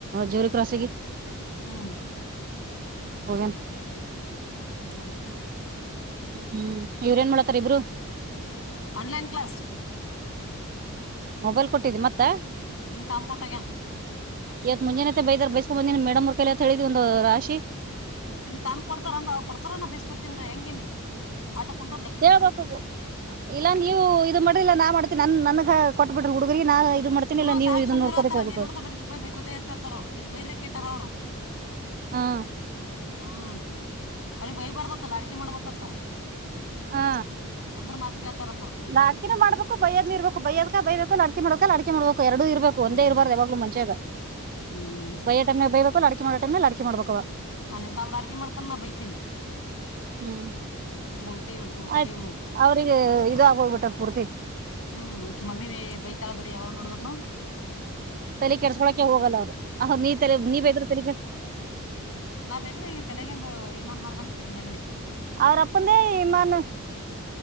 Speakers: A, on the right; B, on the left.
A: ಜೇರಿ ಕ್ರಾಸಿಗೆ..
B: ಹ್ಮ್.
A: ಹೋಗಣ.
B: ಹ್ಮ್ ಹ್ಮ್.
A: ಹ್ಮ್ ಇವ್ರೇನ್ ಮಾಡತಾರ ಇಬ್ರು.
B: ಆನ್ಲೈನ್ ಕ್ಲಾಸ್..
A: ಮೊಬೈಲ್ ಕೊಟ್ಟಿದಿ ಮತ್ತ.
B: ನಿ ತಾಮ್ಕೋಟಾಗ.
A: ಇವತ್ ಮುಂಜಾನತೆ ಬೈದ ಬೈಸ್ಕೊ ಬಂದಿನಿ ಮೇಡಮ್ರ್ಕತ್ ಹೇಳಿದ್ ಒಂದು ರಾಶಿ.
B: ನೀನ್ ತಂಬ್ ಕೊಡ್ತಾರ ಅಂಗ ಅವ ಕೊಡ್ತಾರ ನ ಬೇಸಕೊತೀನ್ ಹೆಂಗೇನಿ.. ಆಟೋ ಕುಂಟೋರ್ ಲೆಕ್ಕಕ್ಕಿಲ್ಲ
A: ಹೇಳ್ಬೇಕುು ಇಲ್ಲಾ ನೀವು ಇದು ಮಾಡ್ರಿಲ್ಲ ನಾ ಮಾಡ್ತೀನಿ ನನ್ ನನ್ಗ.. ಕೊಟ್ಟ ಬಿಡ್ರಿ ಹುಡುಗರಿಗೆ ನಾ ಇದು ಮಾಡ್ತೀನಿ
B: ಹ್ಮ್
A: ಇಲ್ಲ ನೀವು
B: ಸಾಕಕ್
A: ಇದನ್ನ
B: ಸುಮ್ನರತ್ತತಾರ
A: ನೋಡ್ಕೊತ ಇರ್ಬೇಕು
B: ನೀನ್ ನೋಡ್ರ ಬರೀ ಚುಕ್ಕಳಿ ಬೈಕೋತ ಇರ್ತಾರ ಅವ ಇಟ್ ಬೈ್ರ ಇಟ್ಟ.. ಅವರು
A: ಹಾ
B: ಹ್ಮ್.. ಅ್ರ ಬೈ ಬರ್ದತ್ತಲ್ಲ ಅಡಿಕೆ ಮಾಡ್ಬೇಕತ್ತ..
A: ಹಾ.
B: ಅಂದ್ರ ಮಾತ್ ಕೇಳ್ತಾರತ್ ಅವ್ರು
A: ನಾಕೆ ಮಾಡಬೇಕು ಬೈಯದ್ ಇರ್ಬೇಕು ಬೈಯದ್ ಬಯಬೇಕು ಲಾಕೆ ಮಾಡಕ ಲಾಿಕೆ ಮಾಡ್ಬೇಕು.. ಎರಡೂ ಇರಬೇಕು
B: ಹ್ಮ್
A: ಒಂದೇ ಇರಬಾರು ಯಾವಾಗ್ ಮಚೆಾಗ
B: ಹ್ಮ್
A: ಬೈ ಟೈಮ್ ಬೈಬೇಕು ಅಡಿಕೆ ಮಾಡ.. ತೆ ಅಡಿಕ ಮಾಡಬೇಕುವಾ.
B: ಹ ನಿಮ ತಾವ್ಳ ಅಡ್ಕೆ ಮಾಡ್ತಾನ ನ ಬೈತೀನಿ..
A: ಹ್ಮ್
B: ಹಿಂಗ್ ಉಲ್ಟಿ ಉಲ್ಟಾ
A: ಆಯ್ತ್
B: ಇವ್ನು
A: ಅವ್ರಿಗೆ ಇದಾಗೋಗ್ಬಿಟ್ಟ ಪೂರ್ತಿ..
B: ಹ್ಮ್ ಕಿಮ್ಮಮ್ಮಿ ಬೈತಾಳ ಬರ ಯಾವಾಗ ನೋಡುದ್ನು..
A: ತಲೆ ಕೆಡ್ಸ್ಕೊಳಕೆ ಹೋಗಲ್ಲ ಅವ್ರು ನೀ ತಲೆ ನೀ ಬೇ ಇದ್ರ ತಲೆ..
B: ನಾವೇದ್ರೆ ಈ ತಲೆಗಿಂದು ಇಮಾನ್ ಹಾರ್ದಂಗ ತಲೆ ಮೇಲೆನ್..
A: ಅವ್ರ ಅಪ್ಪಂದೆಮನ್..